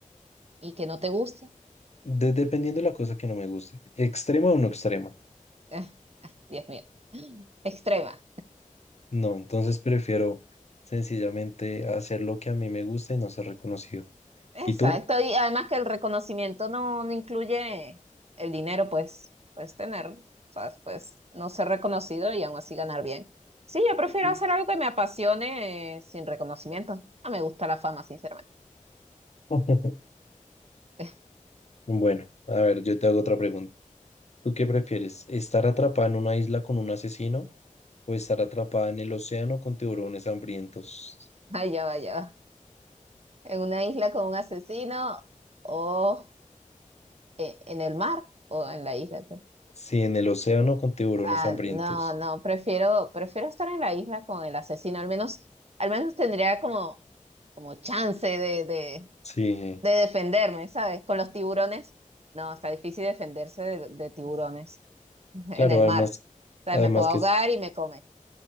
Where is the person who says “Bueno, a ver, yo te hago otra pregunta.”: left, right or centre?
Left